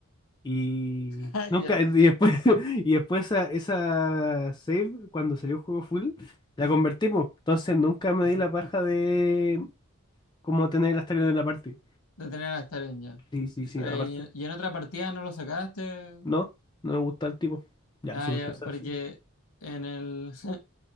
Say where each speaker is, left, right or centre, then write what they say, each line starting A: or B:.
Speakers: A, on the left; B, on the left.
A: Y
B: <laughs>
A: nunca,
B: Ya.
A: y después, <laughs> y después esa, esa save, cuando salió el juego full, la convertimos. Entonces nunca me di la paja de como tener el Astarion en la parte.
B: De tener a Staren ya.
A: Sí, sí, sí,
B: Pero
A: aparte.
B: y, y en otra partida no lo sacaste.
A: No, no me gusta el tipo. Ya,
B: Ah,
A: súper
B: ya,
A: pesado,
B: porque
A: sí.
B: en el <laughs>